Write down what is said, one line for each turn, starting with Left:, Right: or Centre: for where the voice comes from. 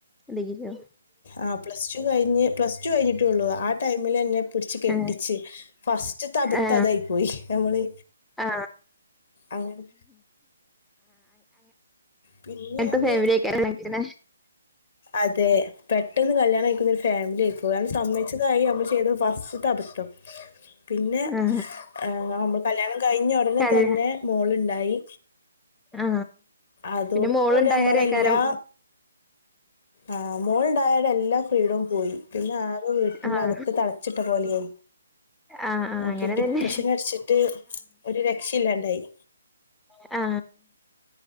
Centre: ഡിഗ്രിയോ
Left: ആ പ്ലസ് ടു കഴിഞ്ഞ് പ്ലസ് ടു കഴിഞ്ഞിട്ടേള്ളൂ ആ ടൈമിലെന്നെ പിടിച്ച് കെട്ടിച്ച്
Centre: ആ
Left: ഫസ്റ്റ്തബദ്ധം
Centre: ആ
Left: അതായിപ്പോയി നമ്മള്
Centre: ആ
Left: അങ്ങനെ പിന്നെയാണ്
Centre: അങ്ങ ഫാമിലി <unintelligible>
Left: അതെ പെട്ടെന്ന് കല്യാണയിക്കുന്ന ഒരു ഫാമിലി ആയി പോയി സമ്മയിച്ചതായി നമ്മള് ചെയ്ത ഫസ്റ്റ്ത അബദ്ധം പിന്നെ
Centre: ആ ആ
Left: നമുള് കല്യാണം കഴിഞ്ഞ ഒടനെ
Centre: കഴി-
Left: തന്നെ മോളുണ്ടായി
Centre: ആ
Left: അതോട്
Centre: പിന്നെ മോളുണ്ടായാരേക്കാരം
Left: കൂടി നമ്മളെല്ലാം ആ മോളുണ്ടായാടെ എല്ലാം ഫ്രീഡോം പോയി പിന്നാകെ വീട്ടിന്റെ
Centre: ആ
Left: അകത്ത് തളച്ചിട്ട പോലായി
Centre: ആഹ് ആഹ്
Left: നമുക്ക്
Centre: അങ്ങനെ
Left: ഡിപ്രഷനടിച്ചിട്ട്
Centre: തന്നെ
Left: ഒരു രക്ഷ ഇല്ലാണ്ടായി
Centre: ആ